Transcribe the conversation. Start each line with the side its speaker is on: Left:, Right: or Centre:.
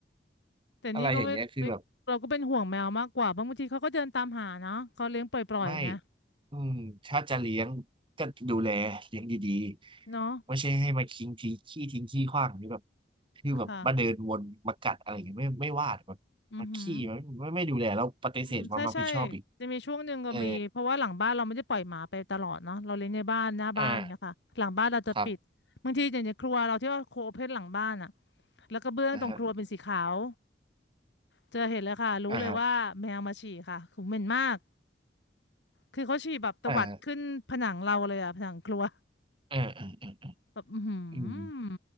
Left: แต่นี่ก็ไม่ไม่เราก็เป็นห่วงแมวมากกว่าบางทีเขาก็เดินตามหาเนาะเขาเลี้ยงปล่อยๆไง
Right: อะไรอย่างเงี้ยคือแบบ ไม่อืมถ้าจะเลี้ยงก็ดูแลเลี้ยงดีๆไม่ใช่ให้มาทิ้งทีขี้ทิ้งขี้ขว้างหรือแบบ
Left: เนาะ
Right: คือแบบมาเดินวนมากัดอะไรอย่างเงี้ยไม่ไม่ว่าแต่แบบมาขี้ไมไม่ไม่ดูแลแล้วปฏิเสธความรับผิดชอบอีก
Left: ค่ะอือหืออืมใช่ใช่จะมีช่วงหนึ่งก็มีเพราะว่าหลังบ้านเราไม่ได้ปล่อยหมาไปตลอดเนาะเราเลี้ยงในบ้านหน้าบ้านเนี่ยค่ะหลังบ้านเราจะปิดบางทีอย่างในครัวเราที่ว่าโคเพ่นหลังบ้านอ่ะ
Right: เอออ่าครับ
Left: แล้วก็เบื้องตรงครัวเป็นสีขาว
Right: นะฮะ
Left: เจอเห็นแล้วค่ะรู้เลยว่าแมวมาฉี่ค่ะคือเหม็นมาก
Right: อ่าฮะ
Left: คือเขาฉี่แบบตวัดขึ้นผนังเราเลยอะผนังครัว
Right: อ่าฮะเออเออเออ
Left: แบบอือหื
Right: อืม
Left: ออื